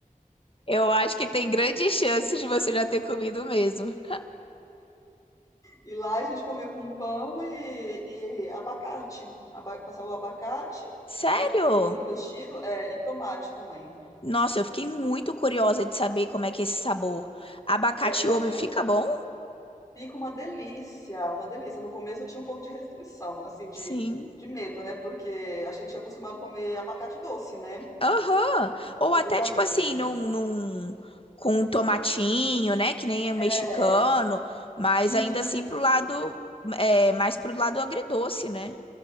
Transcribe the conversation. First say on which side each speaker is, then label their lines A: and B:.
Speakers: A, on the left (about 40°); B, on the left (about 25°).
A: Eu acho que tem grandes chances de você já ter comido mesmo.
B: E lá a gente comia com pão e, e abacate. Aba- passava o abacate,
A: Sério?
B: o, o ovo mexido, é, e tomate também.
A: Nossa, eu fiquei muito curiosa de saber como é que é esse sabor. Abacate
B: É, nossa,
A: e ovo fica bom?
B: fica uma delícia, uma delícia. No começo eu tinha um pouco de restrição, assim, de,
A: Sim.
B: de medo, né? Porque a gente é acostumado a comer abacate doce, né?
A: Aham. Ou
B: Com
A: até
B: vitamina.
A: tipo assim, num, num- com um tomatinho, né? Que nem é um mexicano,
B: É,
A: mas
B: isso,
A: ainda assim pro lado, é, mais pro lado agridoce, né?